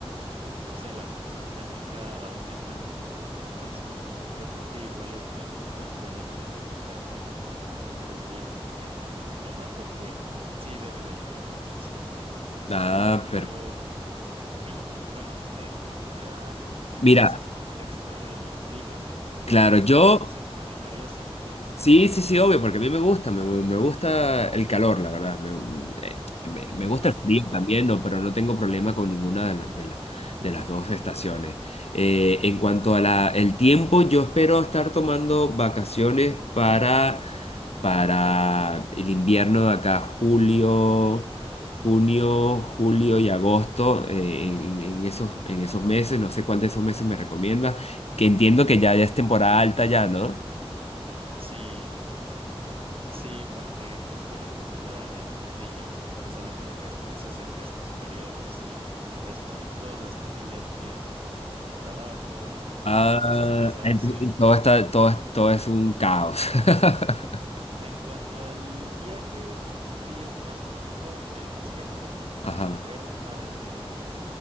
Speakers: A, on the right; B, on the left.
A: no sé, la sensación térmica aumenta muchísimo. Entonces, Yo creo que igual es muy importante el hecho de que tengan eh, el río en su zona porque sí debe de ayudar muchísimo.
B: Ah,
A: Pero
B: perfecto.
A: <clears throat> bueno, entonces ya
B: Mira,
A: tienes el contexto del clima.
B: claro, yo
A: ¿Qué dices? ¿Te animarías a venir?
B: Sí, sí, sí, obvio, porque a mí me gusta, me, me gusta el calor, la verdad. Me, eh, me- me gusta
A: Perfecto.
B: el frío también, no, pero no tengo problema con ninguna de, la- de la- de las dos estaciones. Eh, en cuanto a la, el tiempo, yo espero estar tomando vacaciones para, para el invierno de acá, julio, junio, julio y agosto, eh, en, en esos, en esos meses, no sé cuál de esos meses me recomiendas, que entiendo que ya, ya es temporada alta ya, ¿no?
A: Sí, sí, porque justo la temporada de los niños en los que salen de vacaciones es en estos periodos y es cuando todas las familias piden vacaciones al trabajo,
B: Ah,
A: quieren desestresarse.
B: ent- y todo está, todo, es- todo es un caos. <laughs>
A: En cuanto al viaje, sí es más complicado, sí hay más gente,
B: Ajá.
A: pero nada que,